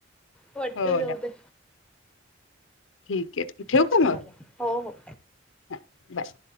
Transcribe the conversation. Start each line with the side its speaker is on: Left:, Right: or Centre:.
Centre: वाटतंय
Left: हो
Centre: जाऊ
Left: ना,
Centre: दे.
Left: ठीक आहे ठेवू का
Centre: चालेल
Left: मग
Centre: हो हो
Left: बाय